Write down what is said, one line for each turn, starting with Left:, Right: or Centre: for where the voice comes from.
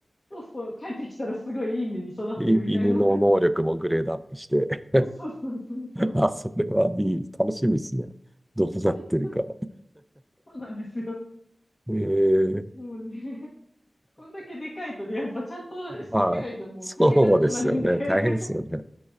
Left: そうそう、帰ってきたらすごいいい犬に育ってるみたいな。
Centre: い犬の能力もグレードアップして
Left: <laughs> そうそうそうそうそう。
Centre: <laughs> あ、それはいい。楽しみですね。どうなってるか。
Left: <laughs> そうなんですよ。
Centre: <laughs> ええ
Left: もうね、こんだけでかいとね、やっぱちゃんとしつけないともう大変なことになるんで。
Centre: はい。そうですよね。
Left: <laughs>
Centre: 大変ですよね。